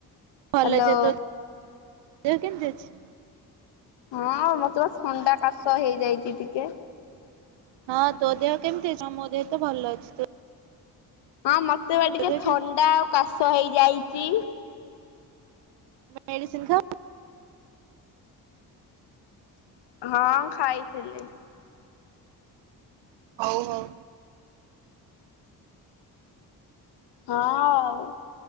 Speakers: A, on the right (about 85°); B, on the left (about 80°).
A: ଭଲ
B: ହାଲୋ
A: ଅଛି। ତୋ ଦେହ କେମିତି ଅଛି?
B: ହଁ ମତେ ବା ଥଣ୍ଡା କାଶ ହେଇଯାଇଚି ଟିକେ।
A: ହଁ ତୋ ଦେହ କେମିତି ଅଛି? ହଁ ମୋ ଦେହ ତ ଭଲ ଅଛି। ତ
B: ହଁ ମତେ ବା ଟିକେ
A: ଦେହ
B: ଥଣ୍ଡା
A: କେମିତି?
B: ଆଉ କାଶ ହେଇଯାଇଚି।
A: ମେଡିସିନ୍ ଖା
B: ହଁ ମୁଁ ଖାଇଥିଲି।
A: ହଉ ହଉ।
B: ହଁ ଆଉ,